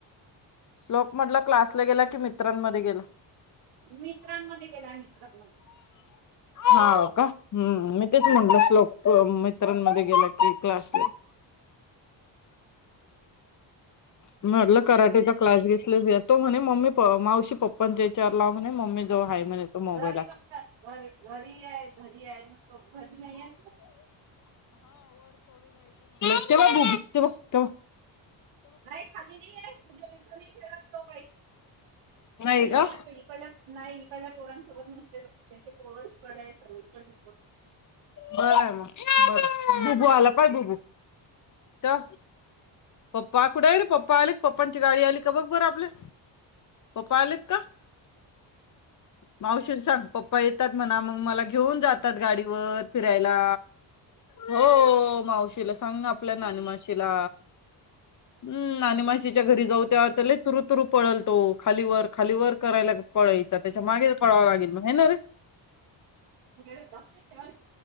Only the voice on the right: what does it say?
मित्रांमध्ये गेला मित्रांमध्ये
घरी नसतात घरी घरी आहे घरी आहे तो घरी नाही आहे
नाही खाली नाही आहे मुे इथे नाही खेलकतो भाई
इथं
मी राहतो इकड नाही इकडल्या पोरांसोबत नसते त्यांचे पोर इकडे आहेत सर्व इकड पोर
लक्ष ठेवा